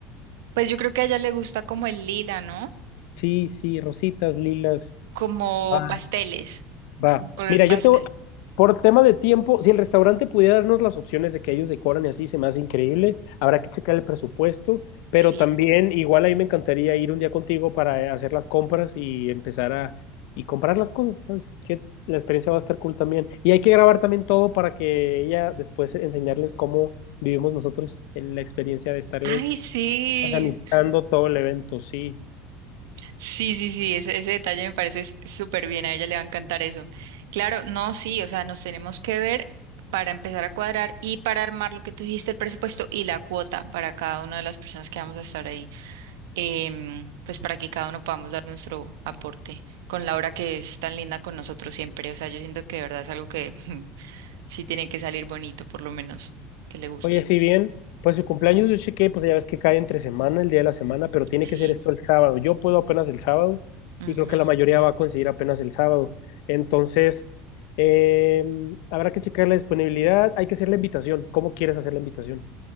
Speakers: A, on the right; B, on the left.
A: Pues yo creo que a ella le gusta como el lila, ¿no?
B: Sí, sí, rositas, lilas.
A: Como
B: Va.
A: pasteles,
B: Va.
A: un color
B: Mira,
A: pastel.
B: yo tengo, por tema de tiempo, si el restaurante pudiera darnos las opciones de que ellos decoran y así, se me hace increíble. Habrá que checar el presupuesto, pero
A: Sí.
B: también igual ahí me encantaría ir un día contigo para eh, hacer las compras y empezar a y comprar las cosas, ¿sabes? Que la experiencia va a estar cool también. Y hay que grabar también todo para que ella después enseñarles cómo vivimos nosotros en la experiencia de estarle
A: Ay, sí.
B: organizando todo el evento, sí.
A: Sí, sí, sí, ese, ese detalle me parece s- súper bien, a ella le va a encantar eso. Claro, no, sí, o sea, nos tenemos que ver para empezar a cuadrar y para armar lo que tuviste, el presupuesto y la cuota para cada una de las personas que vamos a estar ahí. em, pues para que cada uno podamos dar nuestro aporte con Laura que es tan linda con nosotros siempre. O sea, yo siento que de verdad es algo que <laughs> sí tiene que salir bonito, por lo menos que le guste.
B: Oye, si bien, pues su cumpleaños yo chequé, pues ya ves que cae entre semana, el día de la semana, pero tiene
A: Sí.
B: que ser esto el sábado. Yo puedo apenas el sábado
A: Ujú.
B: y creo que la mayoría va a conseguir apenas el sábado. Entonces, eh, habrá que checar la disponibilidad. Hay que hacer la invitación. ¿Cómo quieres hacer la invitación?